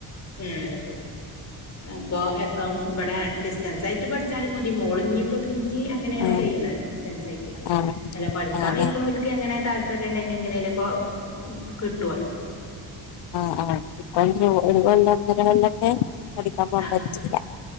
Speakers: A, on the left; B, on the left.
A: ഉം ശരി. അപ്പൊക്ക ഇവിടെ ഡിസ്റ്റൻസ് ആയിട്ട് പഠിച്ചാലും മതി. മോളി ഇപ്പോ ജി അങ്ങനെയാണ്
B: ആഹ്
A: ചെയ്യണ ഡിസ്ൻസായിട്ട്.
B: ആഹ്
A: അല്ല പഠിക്കാൻ
B: ആഹ്
A: വെയ്ക്ക് ണോൽക്ക് എങ്ങനെ താല്പര്യം ഉണ്ടെങ്കിൽ എങ്ങനെ ഉ കിട്ടൂലോ.
B: ആഹ ആ ഇപ്പ <unintelligible> ഒന്നരള്ളൊക്കെ പഠിക്കാൻ പോകാൻ
A: ആ
B: പറ്റൂല.
A: ആ